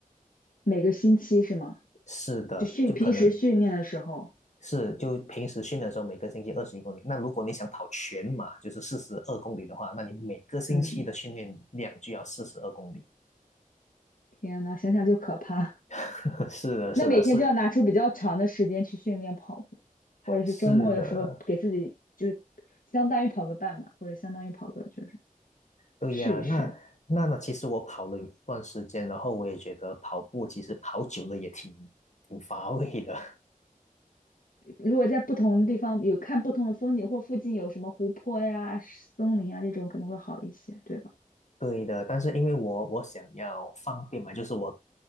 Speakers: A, on the left (about 70°); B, on the left (about 55°).
A: 每个星期是吗？
B: 是的，
A: 就训平时训练的时候，
B: 就可能是就平时训练的时候，每个星期二十一公里。那如果你想跑全马，就是四十二公里的话，那你每个星期的训练量就要四十二公里。
A: 嗯，天呐，想想就可怕。
B: <laughs> 是的，
A: <laughs> 那每天就要拿出比较长的时间去训练跑步，
B: 是的，是
A: 或者是周末的时候给自己就是相当于跑个半马，
B: 是的，
A: 或者相当于跑个就是
B: 对呀。
A: 试一试。
B: 那那那，其实我跑了有一段时间，然后我也觉得跑步其实跑久了也挺挺乏味的。
A: 如果在不同的地方有看不同的风景，或附近有什么湖泊呀、森林啊这种，可能会好一些，对吧？
B: 对的，但是因为我我想要方便嘛，就是我